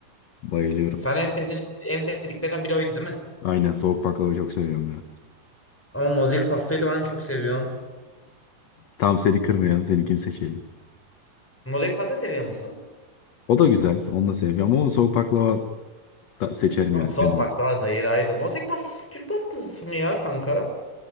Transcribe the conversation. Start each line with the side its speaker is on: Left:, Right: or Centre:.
Left: Bayılıyorum.
Centre: Sen en sevdiğin en sevdiklerden biri oydu değil mi?
Left: Aynen soğuk baklava çok seviyorum ya.
Centre: Ama mozaik pastayı da ben çok seviyorum.
Left: Tam seni kırmayalım, seninkini seçelim.
Centre: Mozaik pasta seviyor musun?
Left: O da güzel, onu da seviyorum ama onu soğuk baklava da seçerim
Centre: Ama
Left: yani
Centre: soğuk
Left: ben en
Centre: baklava
Left: azından.
Centre: da yeri ayrı. Bozek pastası Türk pastası mı ya kanka?